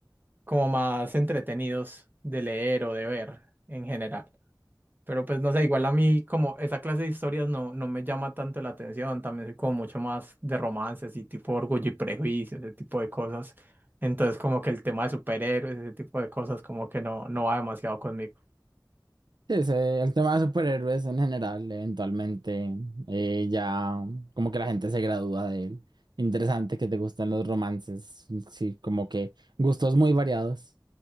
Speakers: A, on the right; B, on the right.
A: como más entretenidos de leer o de ver en general. Pero pues no sé, igual a mí como esa clase de historias no, no me llama tanto la atención, también soy como mucho más de romances y tipo Orgullo y Prejuicio, ese tipo de cosas. Entonces como que el tema de superhéroes, ese tipo de cosas como que no, no va demasiado conmigo.
B: Sí, sí, el tema de superhéroes en general, eventualmente eh, ya como que la gente se gradúa de él. Interesante que te gustan los romances, sí, como que gustos muy variados.